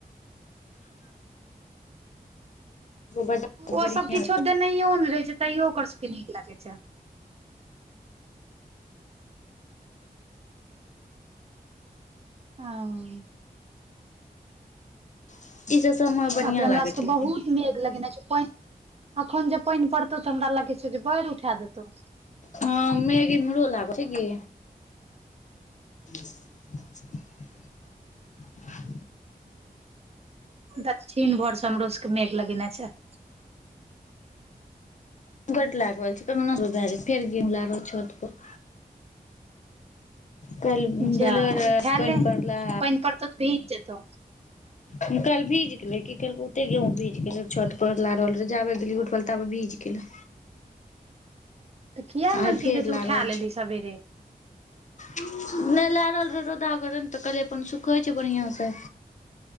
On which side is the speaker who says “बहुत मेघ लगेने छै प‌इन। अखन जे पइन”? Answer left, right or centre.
Right